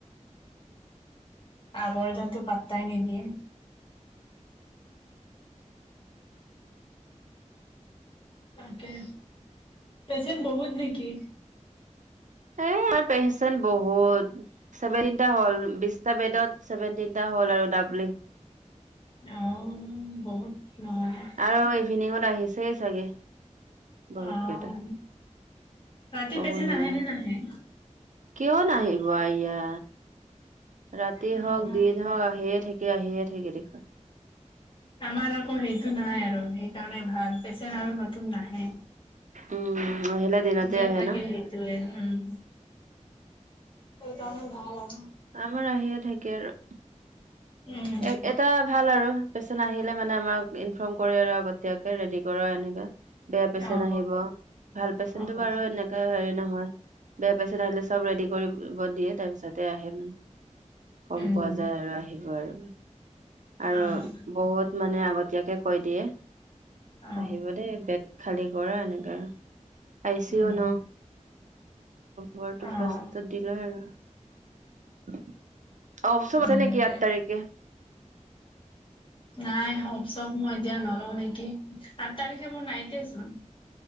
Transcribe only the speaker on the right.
এ আমাৰ পেচেন্ট বহুত। ছেভেনটিতা হ'ল বিশটা বেডত ছেভেনটিটা হ'ল আৰু ডাবলিং
আৰু ইভিনিঙত আহিছেই চাগে। বহুত
কেইটা
কব
নোৱাৰো
কিয় নাহিব আয়া। ৰাতি
হওঁক দিন হওঁক আহিয়ে থাকে আহিয়ে থাকে দেখোন।
উম, আহিলা দিনতে
আহে
ন?
আমাৰ আহিয়ে থাকে আৰু।
এ-এ এটা ভাল আৰু পেচেণ্ট আহিলে মানে আমাক ইনফৰ্ম কৰি আৰু আগতিয়াকে ৰেডি কৰা এনেকে। বেয়া পেচেণ্ট
আহিব ভাল পেচেণ্টটো
বাৰু এনে হেৰি নহয় বেয়া পেমেন্ট আহিলে চব ৰেডি কৰিব দিয়ে তাৰ পিছতে আহে মানে। কম
পোৱা যায় আৰু আহিব আৰু, আৰু
বহুত। মানে আগতীয়াকে কৈ দিয়ে
আহিব দেই বেত খালী কৰা এনেকে আৰু আইচিও
ন। বৰটো
ফাৰ্ষত দিলয় আৰু। অ, অফচন
আছে নেকি আঠ তাৰিখে।